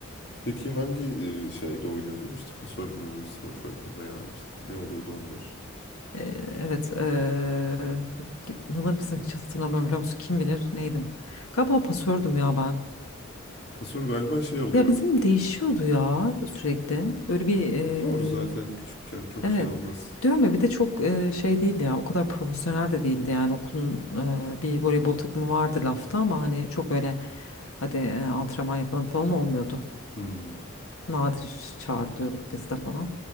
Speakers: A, on the left; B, on the left.
A: Peki hangi e, şeyde oynuyordun? İşte pasör mü, smaçör mü veya işte ne oluyordu onlar?
B: Ee, evet. ee, inanır mısın hiç hatırlamıyorum biliyor musun? Kim bilir neydim? Galiba pasördüm ya ben.
A: Pasör galiba şey oluyor.
B: Ya bizim değişiyordu ya sürekli. Öyle bir ee,
A: Doğru zaten küçükken çok
B: evet.
A: şey olmaz.
B: Diyorum ya bir de çok ee, şey değildi ya. O kadar profesyonel de değildi yani. Okulun ee, bir voleybol takımı vardı lafta ama hani çok öyle hadi ee, antrenman yapalım falan olmuyordu.
A: Hmm.
B: Nadir çağrılıyorduk biz de falan.